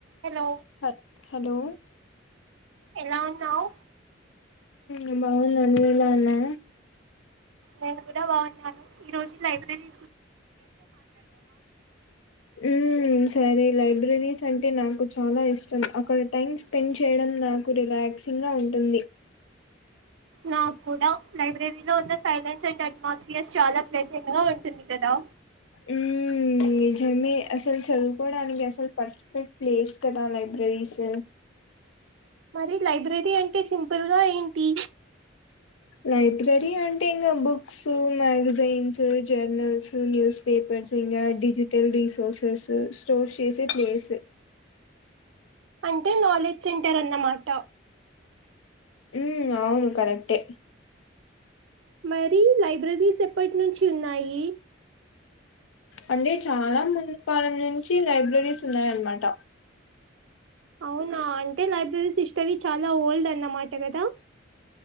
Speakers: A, on the right; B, on the left.
A: Hello
B: హ hello
A: ఎలా ఉన్నావు
B: ఉమ్ బావున్నా నువ్వు బాగున్నావా?
A: నేను కూడా బాగున్నాను ఈ రోజు లైబ్రెరీ
B: ఉమ్ సరే లైబ్రెరీస్ అంటే నాకు చాలా ఇష్టం అక్కడ టైం స్పెండ్ చెయ్యడం నాకు రిలాక్సింగ్ ఉంటుంది
A: నా కూడా లైబ్రెరీ లో ఉన్న సైలెన్స్ అండ్ అట్మాస్ఫియర్స్ చాలా ప్లెజెంట్ గా ఉంటుంది కదా?
B: ఊమ్ నిజమే అసలు చదువుకోవడానికి అసలు పర్ఫెక్ట్ ప్లేస్ కదా లైబ్రెరీస్
A: మరి లైబ్రెరీ అంటే సింపుల్గా ఏంటి?
B: లైబ్రెరీ అంటే ఇంకా books, magazines, journals, news paper ఇంగా డిజిటల్ రీసోర్సెస్ స్టోర్ చేసే ప్లేస్
A: అంటే నాలెడ్జ్ సెంటర్ అన్నమాట.
B: ఊ అవును కరెక్టే.
A: మరి లైబ్రెరీస్ ఎప్పట్నుంచి ఉన్నాయి?
B: అంటే చాలా ముందు కాలం నుంచి లైబ్రెరీస్ ఉన్నాయన్మాట
A: అవునా అంటే లైబ్రరీస్ హిస్టరీ చాలా ఓల్డ్ అన్నమాట కదా?